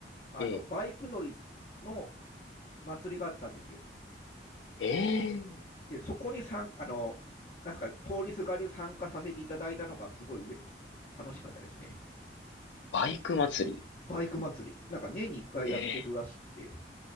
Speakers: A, on the left; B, on the left.
A: あの、
B: ええ、
A: バイク乗りの祭りがあったんですよ。
B: ええ、
A: で、そこに参あの、なんすか、通りすがり参加させていただいたのがすごいうれ楽しかったですね。
B: バイク祭り。
A: バイク祭り。なんか年に1回やってるらしくて、
B: ええ、